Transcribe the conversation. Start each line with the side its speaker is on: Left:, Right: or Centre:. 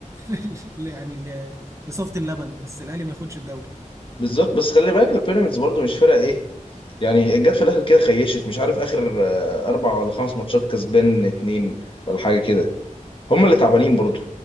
Right: <laughs> ل- يعني ل... لصفة اللبن بس الأهلي ما ياخدش الدوري
Left: بالظبط بس خلي بالك البيراميدز برضو مش فرقه ايه يعني جت في الاخر كده خيشت مش عارف اخر آه، اربع ولا خمس ماتشات كسبان اتنين ولا حاجه كده هم اللي تعبانين برضو